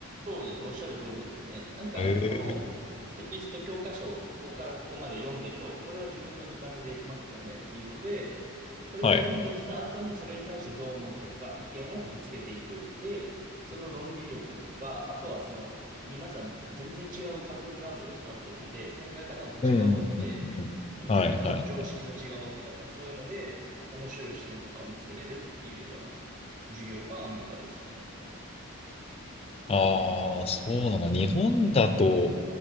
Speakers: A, on the right; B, on the left.
A: そうです。おっしゃる通りですね。なんか、
B: え
A: その、テキスト教科書、ここからここまで読んでこい。これは自分の時間でできますよねっていうので、それで読んできた後に、
B: はい。
A: それに対してどう思ったか、意見をぶつけていく。で、その論理力とか、あとはその、皆さん全然違うバックグラウンドで育ってるんで、考え方も違うわけで、
B: うんうんうんうん。
A: 多分自分たちの常識も違うわけだから、
B: はいはいはい。
A: そういうので、面白い視点とかを見つけれるっていうような授業がアメリカでしたね。
B: ああ、そうなの。日本だと、